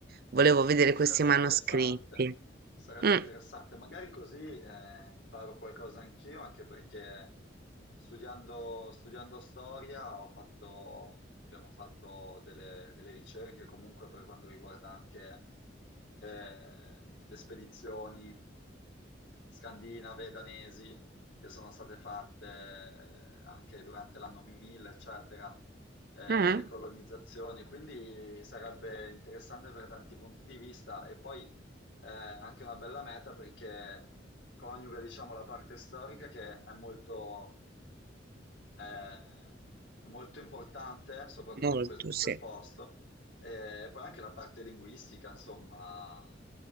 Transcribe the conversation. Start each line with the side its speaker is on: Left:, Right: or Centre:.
Right: volevo vedere
Left: Sarebbe
Right: questi manoscritti.
Left: interessante, sarebbe
Right: Mm,
Left: interessante. Magari così eh, imparo qualcosa anch'io, anche perché studiando, studiando storia ho fatto, abbiamo fatto delle, delle ricerche comunque per quanto riguarda anche eh, le spedizioni scandinave, danesi, che sono state fatte eh, anche durante l'anno 1000, eccetera eh,
Right: mm,
Left: le colonizzazioni, quindi sarebbe interessante per tanti punti di vista e poi eh, anche una bella meta perché coniuga, diciamo, la parte storica che è molto, eh, è molto importante, soprattutto
Right: molto,
Left: in, que- in
Right: sì.
Left: quel posto, e poi anche la parte linguistica, insomma,